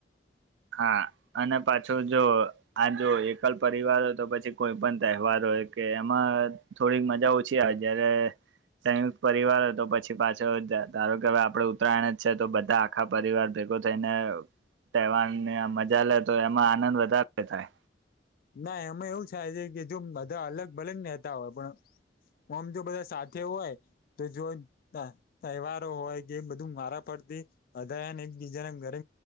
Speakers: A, on the right; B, on the left.
A: હા અને પાછો જો આ જો એકલ પરિવાર હોય તો પછી કોઈ પણ તહેવાર હોય કે એમાં થોડીક મજા ઓછી આવે જયારે સંયુક્ત પરિવાર હતો પછી પાછો જ જાય ધારો કે આપડે ઉત્તરાયણ જ છે તો બધા આખા પરિવાર ભે ગો થઈને તહેવાર ને મજા લે તો એમાં આનંદ વધારે થાય
B: ના એમાં એવું થાય છે કે જો બધા અલગ ભલે નેતા હોય પણ ઓમ જો બધા સાથે હોય તો જ ત તહેવારો હોય કે બધું મારા પર ઘી ધાયાને એકબીજા ના ઘરે